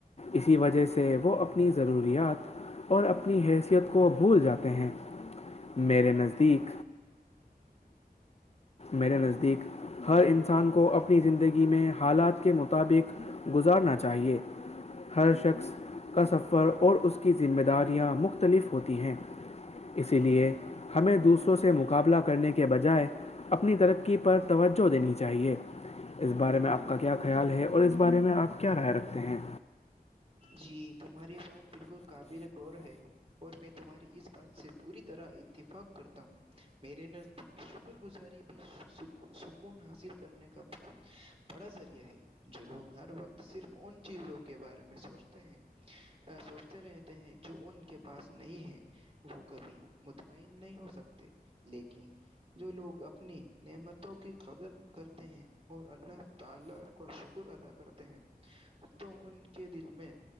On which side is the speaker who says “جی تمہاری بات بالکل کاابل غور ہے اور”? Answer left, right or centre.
Right